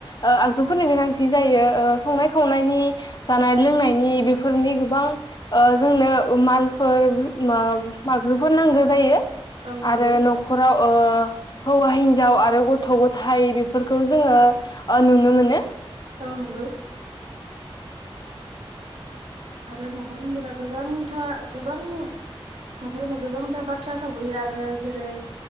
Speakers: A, on the left (about 45°); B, on the right (about 90°).
A: ओ आगजुफोरनि गोनांथि जायो। ओ संनाय खावनायनि जानाय लोंनायनि बेफोरनि गोबां ओ जोंनो मालफोर माब आगजुफोर नांगो जायो
B: औ नंगौ
A: आरो न'खराव अ। हौवा हिनजाव आरो गथ' गथाय बेफोरखौ जोङो ओ नुनो मोनो।
B: औ नंगौ। आरो न'खर होनबोला गोबांथा गोबां न'खर होनबा गोबांथा बाथ्रा थाब'यो आरो जेरै